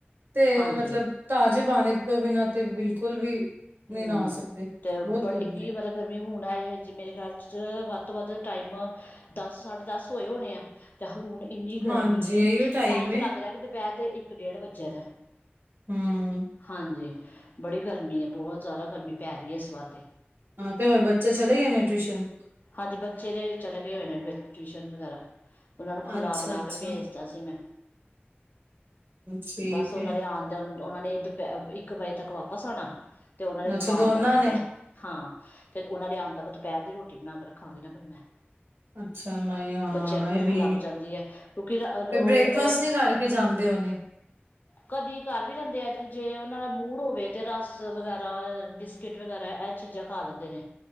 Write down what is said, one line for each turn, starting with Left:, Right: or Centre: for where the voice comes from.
Right: ਤੇ
Left: ਹਾਂਜੀ
Right: ਮਤਲਬ ਤਾਜ਼ੇ ਪਾਣੀ ਤੋਂ ਬਿਨਾਂ ਤੇ ਬਿਲਕੁਲ ਵੀ ਨਹੀਂ
Left: ਹੂੰ
Right: ਨਹਾ ਸਕਦੇ
Left: ਤੇ <unintelligible>
Right: ਬਹੁਤ ਗਰਮੀ
Left: ਗਰਮੀ ਹੁਣ ਆਏ ਹੈ ਜੀ ਮੇਰੇ ਖਿਆਲ 'ਚ ਵੱਧ ਤੋਂ ਵੱਧ ਟਾਈਮ ਦਸ ਸਾਡੇ ਦਸ ਹੋਏ ਹੋਣੇ ਆ ਤੇ ਹੁਣ ਇੰਨੀ ਗਰਮੀ
Right: ਹਾਂਜੀ ਇਹੀਓ ਟਾਈਮ
Left: ਐਂਝ
Right: ਏ
Left: ਲੱਗਦਾ ਕਿ ਦੁਪਹਿਰ ਦੇ ਇਕ ਡੇਢ ਵੱਜਿਆ ਦਾ
Right: ਹੂੰ
Left: ਹਾਂਜੀ ਬੜੀ ਗਰਮੀ ਹੈ ਬਹੁਤ ਜ਼ਿਆਦਾ ਗਰਮੀ ਪੈ ਰਹੀ ਹੈ ਇਸ ਵਾਰ ਤੇ
Right: ਹਾਂ ਤੇ ਹੋਰ ਬੱਚੇ ਚਲੇ ਗਏ ਨੇ ਟਿਊਸ਼ਨ
Left: ਹਾਂਜੀ ਬੱਚੇ ਤੇ ਚਲੇ ਗਏ ਹੋਏ ਨੇ ਟਿਊਸ਼ਨ ਵਗੈਰਾ ਉਹਨਾਂ ਨੂੰ ਖਿਲਾ
Right: ਅੱਛਾ
Left: ਪਿਲਾ
Right: ਅੱਛਾ
Left: ਕੇ ਭੇਜ ਕੀਤਾ ਸੀ ਮੈ
Right: ਠੀਕ
Left: ਬਸ ਉਹਨਾ
Right: ਹੈ
Left: ਦੇ ਆਣ ਉਹਨਾਂ ਨੇ ਦੁਪਹਿ ਇਕ ਵਜੇ ਤੱਕ ਵਾਪਸ ਆਂਣਾ ਤੇ ਉਹਨਾਂ ਨੇ
Right: ਅੱਛਾ
Left: ਆਣ
Right: ਦੋਨਾਂ
Left: ਤੱਕ ਦੁਪਹਿਰ
Right: ਨੇ
Left: ਹਾਂ ਤੇ ਉਹਨਾਂ ਦੇ ਆਣ ਤੱਕ ਦੁਪਹਿਰ ਦੀ ਰੋਟੀ ਬਣਾ ਕੇ ਰੱਖਾਂਗੀ ਨਾ ਫਿਰ ਮੈ
Right: ਅੱਛਾ ਨਹੀਂ ਹਾਂ
Left: ਬੱਚਿਆਂ ਨੂੰ
Right: ਇਹ
Left: ਭੁੱਖ
Right: ਵੀ
Left: ਲੱਗ ਜਾਂਦੀ ਹੈ ਕਿਉਕਿ ਉਹ
Right: ਤੇ ਬ੍ਰੇਕਫਾਸਟ
Left: ਅ
Right: ਨੀ ਕਰਕੇ ਜਾਂਦੇ ਹੋਣੇ
Left: ਕਦੀ ਕਰ ਵੀ ਲੈਂਦੇ ਆ ਜੇ ਉਹਨਾਂ ਦਾ ਮੂੜ ਹੋਵੇ ਤੇ ਰਸ ਵਗੈਰਾ ਬਿਸ ਕਿਟ ਵਗੈਰਾ ਇਹ ਚੀਜ਼ਾਂ ਖਾ ਲੈਂਦੇ ਨੇ।